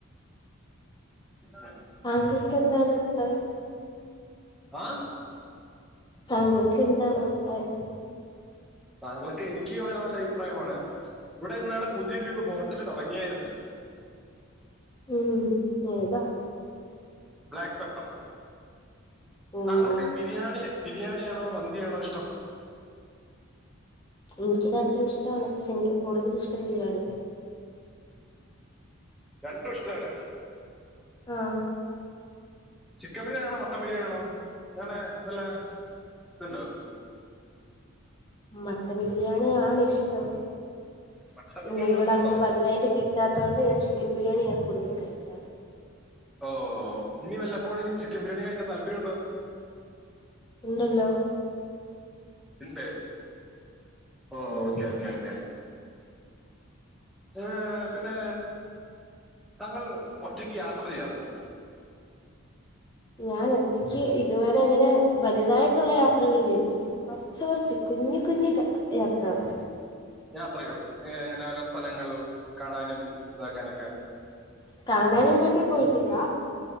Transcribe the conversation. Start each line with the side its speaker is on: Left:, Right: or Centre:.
Centre: <unintelligible>
Left: താങ്കൾക്ക് എന്താണെടുത്തത്?
Centre: ആ
Left: താങ്കൾക്ക് എന്താണഭിപ്രായം?
Centre: താങ്കൾക്ക് എനിക്ക് വളരെ നല്ല അഭിപ്രായമാണ് ഇവിടെ ഇന്നാള് പുതിയൊരു ഹോട്ടല് തുടങ്ങിയായിരുന്ന്
Left: ഉം, ഏതാ?
Centre: ബ്ലാക്ക് പെപ്പർ
Left: ഓ
Centre: താങ്കൾക്ക് ബിരിയാണി ബിരിയാണിയാണോ, മന്തിയാണോ ഇഷ്ടം?
Left: എനിയ്ക്ക് രണ്ടും ഇഷ്ടാണ്. ഷെ എനിയ്ക്ക് കൂടുതലിഷ്ടം ബിരിയാണിയാ.
Centre: രണ്ടുഷ്ടാണ്.
Left: ആഹ്
Centre: ചിക്കൻ ബിരിയാണി ആണോ മട്ടൻ ബിരിയാണിയാണോ അങ്ങനെ വല്ലതുണ്ടോ
Left: മട്ടൻ ബിരിയാണിഷ്ടം.
Centre: മട്ടൻ
Left: പിന്നേ
Centre: ബിരിയാണിയാണ്
Left: ഇവിടങ്ങനെ
Centre: ഇഷ്ടം
Left: വലുതായിട്ട് കി ല്ലാത്തോണ്ട് ഞാൻ ചിക്കൻ ബിരിയാണിയാണ് കൂടുതലും കഴിക്കാറ്.
Centre: ഓഹ് ഇനി വല്ലപ്പോഴെങ്കില് ചിക്കബിരിയാണി കഴിക്കാ താല്പര്യണ്ടോ?
Left: ഉണ്ടല്ലോ
Centre: എന്തേ ഓഹ്,
Left: ഉം
Centre: ഓക്കെ, ഓക്കെ, ഓക്കെ. ഏഹ് പിന്നെ താങ്കൾ ഒറ്റക്ക് യാത്ര ചെയ്യാറുണ്ടോ?
Left: ഞാൻ ഒറ്റയ്ക്ക് ഇതുവരെ അങ്ങനെ വലുതായിട്ടുള്ള യാത്രകൾ ചെയ്തിട്ടി കൊറ്ച്ചൊർച്ച്, കുഞ്ഞികുഞ്ഞി ക യാത്രകളൊക്കെ ചെയ്യും.
Centre: യാത്രകൾ, എങ്ങനെ ഓരോ സലങ്ങൾ കാണാനും താക്കാനുംക്കെ.
Left: കാണാനും വേണ്ടി പോയിട്ടില്ല.